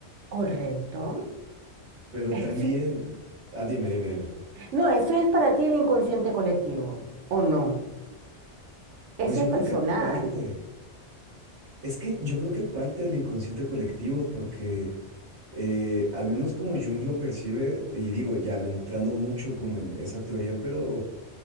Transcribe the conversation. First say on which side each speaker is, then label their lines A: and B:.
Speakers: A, on the right (about 90°); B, on the right (about 70°).
A: correcto.
B: Pero
A: <laughs>
B: también,
A: Sí.
B: ah, dime, dime, dime.
A: No, eso es para ti el inconsciente colectivo, ¿o no?
B: Pues
A: Ese
B: yo
A: es
B: creo
A: personal.
B: que parte, es que yo creo que parte del inconsciente colectivo, porque eh, al menos como Jung lo percibe, y digo, ya entrando mucho como en esa teoría, pero